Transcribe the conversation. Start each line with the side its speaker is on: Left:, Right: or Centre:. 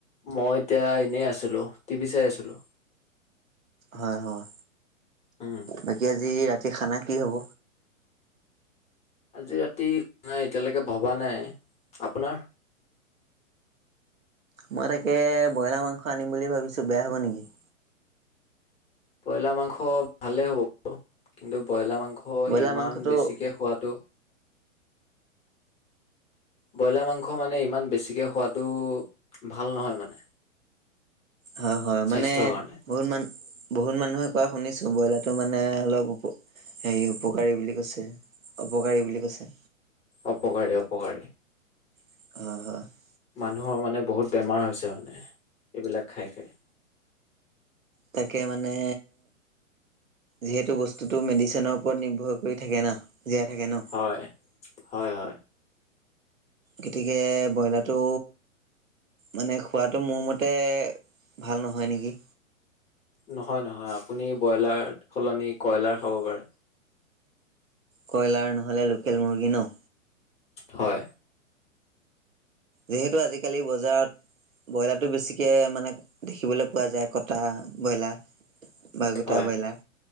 Left: মই এতিয়া এনেই আছিলোঁ, টিভি চাই আছিলোঁ।
Right: হয় হয়।
Left: উম,
Right: বাকী আজি ৰাতি খানা কি হ'ব?
Left: আজি ৰাতি নাই এতিয়ালৈকে ভবা নাই, আপোনাৰ?
Right: মই তাকে ব্ৰইলাৰ মাংস আনিম বুলি ভাবিছোঁ বেয়া হ'ব নেকি।
Left: ব্ৰইলাৰ মাংস ভালে হ'ব <unintelligible> কিন্তু ব্ৰইলাৰ মাংস হয়
Right: ব্ৰইলাৰ
Left: ইমান
Right: মাংসটো
Left: বেছিকে খোৱাটো ব্ৰইলাৰ মাংস মানে ইমান বেছিকে খোৱাটো, ভাল নহয় মানে।
Right: হয় হয়
Left: স্বাস্থ্যৰ
Right: মানে
Left: কাৰণে
Right: <unintelligible> বহুত মানুহে কোৱা শুনিছোঁ ব্ৰইলাৰটো মানে অলপ উপ, হেৰি উপকাৰী বুলি কৈছে। অপকাৰী বুলি কৈছে।
Left: অপকাৰী অপকাৰী।
Right: <unintelligible>
Left: মানুহৰ মানে বহুত বেমাৰ হৈছে মানে, এইবিলাক খাই খাই।
Right: তাকে মানে যিহেতু বস্তুটো মেডিচিনৰ ওপৰত নিৰ্ভৰ কৰি থাকে না, জীয়াই থাকে ন'।
Left: হয়, হয় হয়।
Right: গতিকে ব্ৰইলাৰটো মানে খোৱাটো মোৰ মতে, ভাল নহয় নেকি।
Left: নহয় নহয় আপুনি ব্ৰইলাৰ সলনি কয়লাৰ খাব পাৰে।
Right: কইলাৰ নহ'লে লোকেল মুৰ্গী ন'।
Left: হয়।
Right: যিহেতু আজিকালি বজাৰত ব্ৰইলাৰটো বেছিকে মানে দেখিবলৈ পোৱা যায় কটা ব্ৰইলাৰ। বা গোটা
Left: হয়
Right: বইলাৰ।